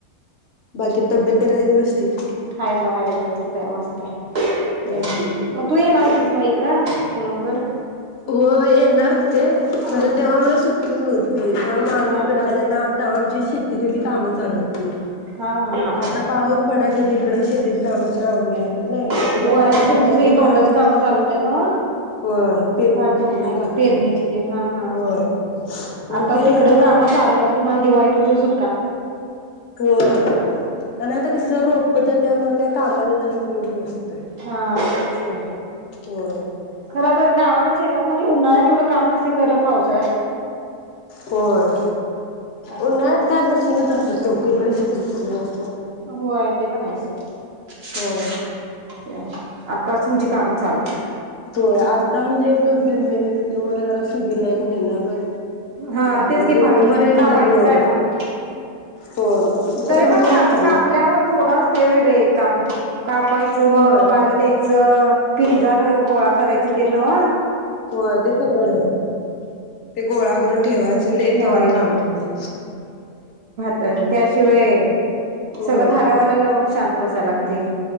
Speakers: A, on the left (about 65°); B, on the right (about 65°).
A: बाकी तब्येत तेन आहे व्यवस्थित
B: हाय ब हाय व्यवस्थित <unintelligible> मग
A: ह ह.
B: तू येणार होतीस ना ये इकड पूनम कड
A: हो येणार होते
B: हा
A: खर तेव्हा मला सुट्टीच नव्हती तेव्हा मामी
B: हा
A: इकड आले ना तवा <unintelligible> तिकडची काम चालू होती
B: हा हा
A: आता पाऊस पडायच्या दिस तिकडे शेतीत काम तेन आवरून घ्यायला लागतात
B: <inaudible>
A: ना एकदा
B: होय
A: पाऊस
B: तुमच
A: पडला
B: सगळी
A: की मग
B: भाताची कामं चालू होत्याच नव्ह
A: होय पेरणीची
B: भात टोकण्याची
A: तेन चालूच
B: पेरणीची
A: आहेत
B: तेन हा हा
A: होय मग
B: आता
A: ते
B: तिकडं
A: न
B: कामं चालू आता तुम्हाला दिवाळीपतूर सु
A: होय आणि आता कस रोपं त्यात त्या कामाचा जास्त लोड नसतोय
B: हा तेच ते
A: होय
B: खर तर गावाकडे शेतात म्हणजे उन्हाळ्यात एवढं काम नसत कडे पाऊस
A: होय
B: असं
A: उन्हाळ्यात
B: असं
A: काय बसूनच न असत्यात लोक इकडे श <unintelligible>
B: होय ते पण आहेस सोड
A: होय
B: आताच तुमची कामं चालू <inaudible>
A: होय आत्ता म्हणजे एक दोन तीन तीन महिने तिथन मोहरं जरा सुगीला एक महिनाभर
B: हा
A: झालं
B: तेच
A: म्हणजे
B: की भात
A: <unintelligible> एकदा
B: कापायच्या
A: होय
B: टायमाला
A: होय तिथं
B: तरी
A: बंद
B: पण
A: जरा
B: काप
A: काम
B: कापल्यावर थोडा अस ते बे काम कापायचं
A: होय
B: वारं द्यायचं च पिंजार गोळा करायच <inaudible> ते नव
A: हो ते सगळं ते गोळा करून ठेवायचं लय
B: ठेवायचं
A: त पण काम असते
B: त्यांन त्यास्नी <unintelligible>
A: होय
B: सगळं थाऱ्यावऱ्याला लावूनच शांत बसायला लागतय